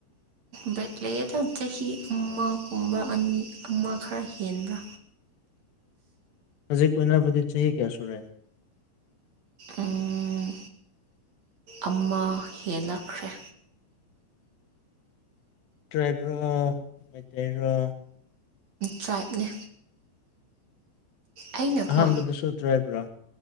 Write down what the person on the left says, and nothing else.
ꯍꯧꯖꯤꯛ ꯀꫭꯏꯅꯣꯏꯅꯕꯗꯤ ꯆꯍꯤ ꯀꯌꯥ ꯁꯨꯔꯦ
ꯇ꯭ꯔꯥꯏꯕ ꯂꫭ ꯃꯩꯇꯩ ꯔꫭ
ꯑꯍꯥꯟꯕꯗꯨꯁꯨ ꯇ꯭ꯔꯥꯏꯕ꯭ꯔꯣ